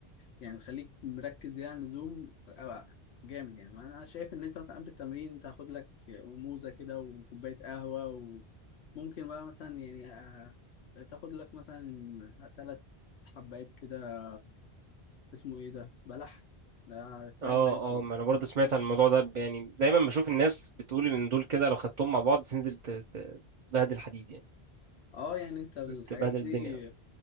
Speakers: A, on the left; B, on the right.
A: يعني خليك مركز زيادة عن اللزوم أو جامد يعني انا شايف ان انت مثلا قبل التمرين تاخد لك موزة كده وكوباية قهوة وممكن بقى مثلا يعني آه، تاخد لك مثلا ثلاث حبات كده اسمه ايه ده بلح ده كده
B: اه
A: زي الفل
B: اه ما انا برضو
A: هتخش
B: سمعت عن الموضوع ده يعني دايما بشوف الناس بتقول ان دول كده لو خدتهم مع بعض تنزل ت- ت- تبهدل حديد يعني
A: اه يعني انت الحاجات
B: تبهدل
A: دي
B: الدنيا